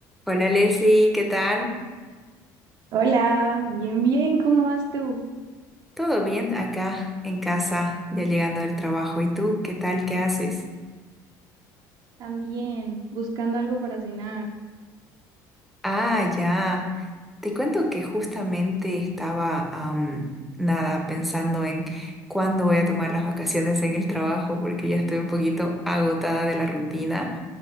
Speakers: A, in the centre; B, on the right.
A: Hola Leslie, ¿qué tal?
B: Hola, bien, bien, ¿cómo vas tú?
A: ¿Todo bien acá en casa, ya llegando del trabajo? ¿Y tú, qué tal? ¿Qué haces?
B: También, buscando algo para cenar.
A: Ah, ya. Te cuento que justamente estaba, am, nada, pensando en cuándo voy a tomar las vacaciones en el trabajo porque ya estoy un poquito agotada de la rutina